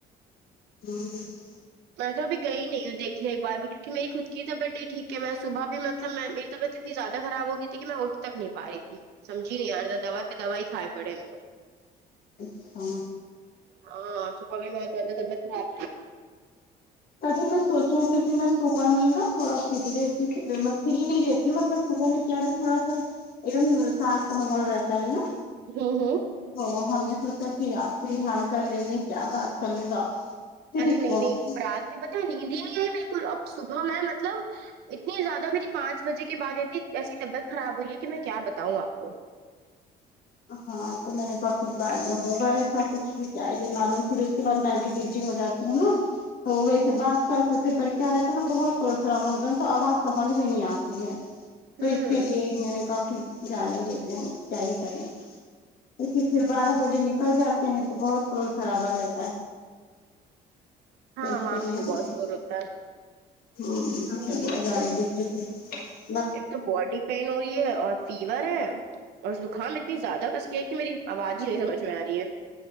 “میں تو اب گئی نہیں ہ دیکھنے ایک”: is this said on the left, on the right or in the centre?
Right